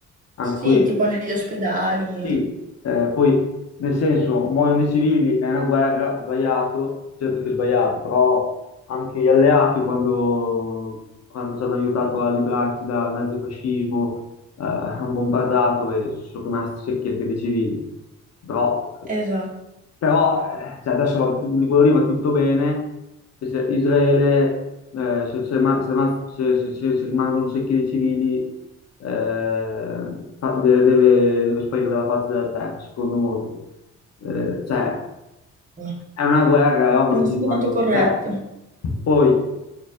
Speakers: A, on the left (about 55°); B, on the right (about 25°).
A: anche
B: sì,
A: qui
B: tipo negli ospedali.
A: sì, eh, poi nel senso, muoiono dei civili è una guerra, sbagliato, certo che è sbagliato, però anche gli alleati quando, quando ci hanno aiutato a librarci dal nazifascismo eh, hanno bombardato e sono rimasti secchi anche dei civili. Però
B: Esatto.
A: però eh, cioè, adesso va, quello lì va tutto bene, e se Israele, eh, se, se ma- se ma- se- se- se- se rimangono secchi dei civili, eh, fa- de- deve, deve sparire dalla faccia della terra, secondo molti. Eh, cioè,
B: Ah,
A: è una guerra, è ovvio
B: Non mi
A: che
B: sembra
A: ci rimangono.
B: tanto corretto.
A: Cioè, poi